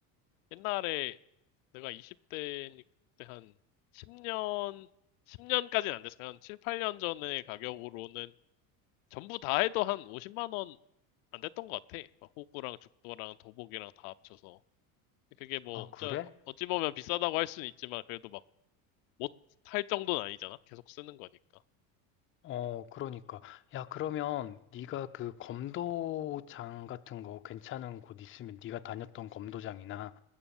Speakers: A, on the left; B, on the left.
A: 옛날에 내가 20대 때한 10년, 10년까지는 안 됐어. 한 7, 8년 전의 가격으로는 전부 다 해도 한 50만 원 안 됐던 것 같아. 막 호구랑 죽도랑 도복이랑 다 합쳐서. 그게 뭐,
B: 아,
A: 어쩌-
B: 그래?
A: 어찌 보면 비싸다고 할 수는 있지만, 그래도 못 할 정도는 아니잖아. 계속 쓰는 거니까.
B: 어, 그러니까. 야, 그러면 네가 그 검도장 같은 거 괜찮은 곳 있으면 네가 다녔던 검도장이나